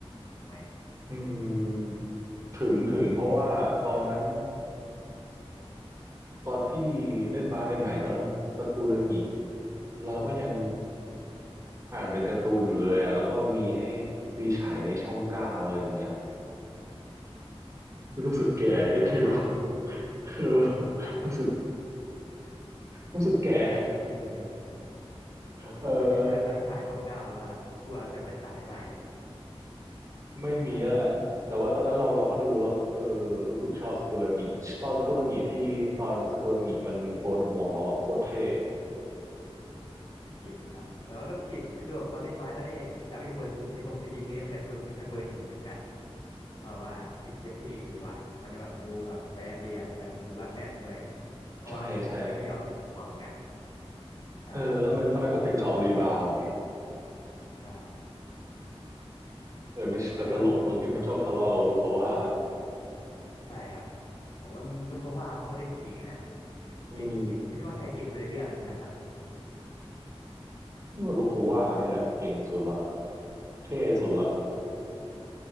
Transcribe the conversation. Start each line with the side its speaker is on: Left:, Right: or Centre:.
Left: ถึงไหม
Right: อืมถึงถึงเพราะว่าตอนนั้น ตอนพี่เล่นบาสใหม่ๆตอนนั้นสกุลงิเราก็ยังอ่านเป็นการ์ตูนอยู่เลยอ่ะแล้วก็มีให้มีฉายในช่องเก้าอะไรอย่างเงี้ยรู้สึกแก่ยังไม่รู้
Left: โอ้ทันช่องเก้าเลยเหรอพี่
Right: <laughs>
Left: ทันช่อง
Right: รู้สึกรู้สึกแก่
Left: เดี๋ยวผมยังไม่มีเลยของผมมันมีสแลมดังฉายช่องเก้าแล้วอ่ะกลัวจะมาฉายใหม่อะ
Right: เออไม่มีแล้วแหละแต่ว่าตอนนั้นเราเราก็ดูแล้วเออ
Left: ใช่
Right: รู้สึกชอบสกุลงิตอนสกุลงิที่ตอนสกุลงิมันโกนหัวเราอ่ะโคตรเท่
Left: จริงครับแล้วมันก็ติดคือแบบตอนเล่นบาสก็ได้รับอิทธิพลไอ้ทรงสกินเฮดมาจากตกุลังหเหมือนกันเออว่าไอ้เคียเท่ดีว่ะมันแบบดูแบบประหยัดดีอะเหมือนลอดแมนด้วยเพราะว่ามันก็ยอมเสียหัวเหมือนกัน
Right: ใช่ใช่
Left: ใช่
Right: เออแล้วมันแล้วมันก็เป็นจอมรีบาวไง
Left: ใช่
Right: แต่ไม่แต่ตลกตรงที่มันชอบทะเลาะกับลูกเขาว่า
Left: แล้วแล้วคือ ใช่ครับผมว่าลูกเขาว่าเขาก็เล่นเก่งนะ
Right: อืม
Left: เก่งเก่งพี่ว่าใครเก่งสุดในเรื่องอะสแลมดัง
Right: นี่ว่าลูกเขาว่านี่แหละเก่งสุดละเท่สุดละ
Left: โอ้